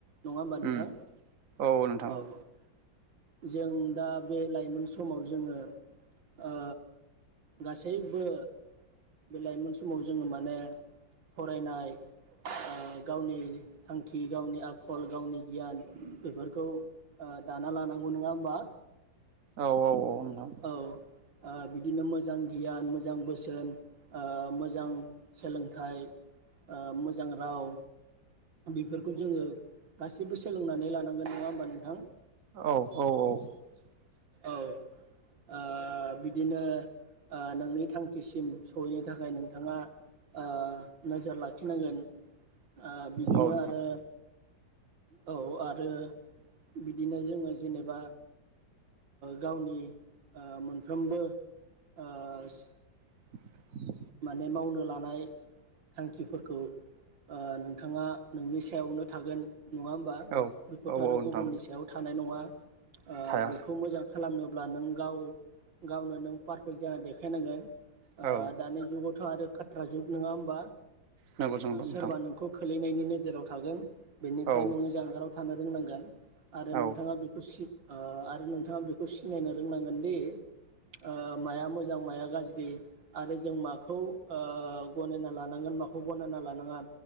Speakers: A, on the right (about 85°); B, on the right (about 50°).
A: नङा होमबा नोंथां
B: उम औ नोंथां
A: औ।
B: औ
A: जों दा बे लाइमोन समाव जोङो ओ गासैबो बे लाइमोन समाव जोङो माने फरायनाय ओ गावनि थांखि गावनि आखल गावनि गियान बेफोरखौ ओ दाना लानांगौ नङा होमबा?
B: औ औ औ नोंथां
A: औ ओ बिदिनो मोजां गियान जां बोसोन ओ मोजां सोलोंथाइ ओ मोजां राव बिफोरखौ जोङो गासैबो सोलोंनानै लानांगोन नङा होमबा नोंथां?
B: औ औ औ।
A: औ ओ बिदिनो ओ नोंनि थांख खिसिम सहैनो थाखाय नोंथाङा ओ नोजोर लाखिनांगोन। ओ बिदिनो
B: औ नोंथां
A: आरो औ आरो बिदिनो जोङो जेनेबा गावनि मोनफ्रोमबो ओस
B: <inaudible>
A: माने मावनो लानाय थांखिफोरखौ ओ नोंथाङा नोंनि सायावनो थागोन। नङा होमबा
B: औ
A: बेफोरथ
B: औ
A: आरो
B: नोंथां
A: गुबुननि सायाव थानाय नङा ओ
B: थाया
A: बेखौ मोजां खालामनोब्ला नों गाव गावनो नों पारफेक्ट जाना देखायनांगोन।
B: औ
A: ओ दानि जुगावथ आरो खाट्रा जुग नोङा होमबा।
B: नंगौ जों नोंथां
A: सोरबा नोंखौ खो लैनायनि नोजोराव थागोन बेनिफ्राय
B: औ
A: नोङो जानगाराव थानो रोंनांगोन आरो
B: औ
A: नोंथाङा बेखौ सि ओ आरो नोंथाङा बेखौ सिनायनो रोंनांगोन दि ओ माया मो जां माया गाज्रि आरो जों माखौ ओ गनायना लानांगोन माखौ गनायना लानाङा